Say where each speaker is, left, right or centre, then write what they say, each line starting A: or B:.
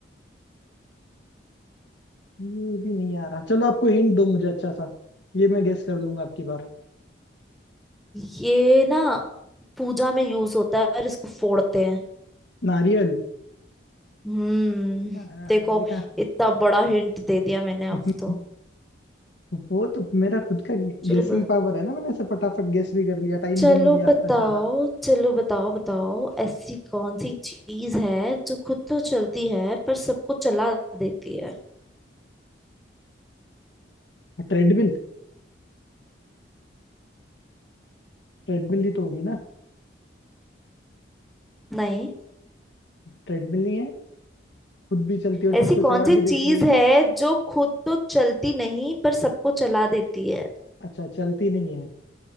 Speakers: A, on the left (about 70°); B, in the centre.
A: ये भी नहीं आ रहा चलो आपको हिंट दो मुझे अच्छा सा ये मैं गेस कर लूंगा आपकी बार
B: ये ना पूजा में यूज होता है और इसको फोड़ते हैं
A: नारियल
B: हम्म
A: आ,
B: देखो
A: देखा
B: इतना बड़ा हिंट दे दिया मैंने
A: <laughs>
B: अब तो
A: वो तो मेरा खुद का
B: चलो
A: गेसिंग
B: ब-
A: पावर है ना मैंने ऐसे फटाफट गेस भी कर लिया टाइम
B: चलो
A: भी नहीं लिया आपका
B: बताओ
A: सादा
B: चलो बताओ बताओ ऐसी कौन सी चीज है जो खुद तो चलती है पर सबको चला देती है
A: ट्रेडमिल ट्रेडमिल ही तो होगी ना
B: नहीं
A: ट्रेडमिल नहीं है खुद भी चलती है और
B: ऐसी
A: सबको चला
B: कौन सी
A: भी
B: चीज
A: देती है
B: है जो खुद तो चलती नहीं पर सबको चला देती है
A: अच्छा चलती नहीं है